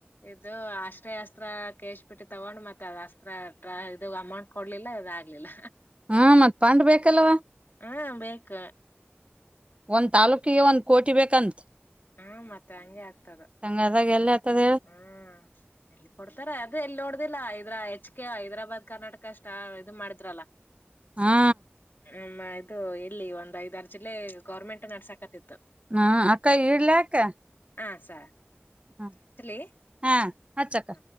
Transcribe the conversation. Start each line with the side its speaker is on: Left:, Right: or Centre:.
Left: ಇದು ಆಶ್ರಯ ಅಸ್ತ್ರ ಕೇಳಿಸಿ ಬಿಟ್ಟಿತ್ತ ಅವ್ವನು ಮತ್ತ ಅದ ಅಸ್ತ್ರ ಟ್ರೈ ಇದ ಅಮೌಂಟ್ ಕೊಡ್ಲಿಲ್ಲ ಇವರ ಆಗಲಿಲ್ಲ.
Right: ಹ್ಮ ಮತ್ ಫಂಡ್ ಬೇಕಲ್ವಾ?
Left: ಹಾ ಬೇಕು.
Right: ಒಂದ್ ತಾಲೂಕಿಗೆ ಒಂದ್ ಕೋಟಿ ಬೇಕಂತ.
Left: ಹ್ಮ ಮತ್ತೆ ಹಂಗೆ ಆಗ್ತದ.
Right: ಹಂಗಾದಾಗ ಎಲ್ಲಿ ಆತದ ಹೇಳ
Left: ಹ್ಮ್ ಎಲ್ಲಿ ಕೊಡ್ತಾರ ಅದು ಎಲ್ಲಿ ನೋಡ್ದಿಲ್ಲ. ಅಂದ್ರ ಹೆಚ್ ಕೆ ಹೈದರಾಬಾದ್ ಕರ್ನಾಟಕ ಅಷ್ಟ ಇದು ಮಾಡಿದ್ರಲ್ಲ.
Right: ಹಾ.
Left: ಅ ಇದು ಎಲ್ಲಿ ಒಂದ್ ಐದಾರ ಜಿಲ್ಲೆ ಗೌರ್ಮೆಂಟ್ ನಡ್ಸಕತಿತ್ತು.
Right: ಹಾ ಅಕ್ಕ ಇಡ್ಲಾ ಅಕ್ಕ.
Left: ಹಾ ಸರಿ.
Right: ಹ್ಮ.
Left: <inaudible>
Right: ಹಾ ಹಚ್ಚ ಅಕ್ಕಾ.
Left: ಹ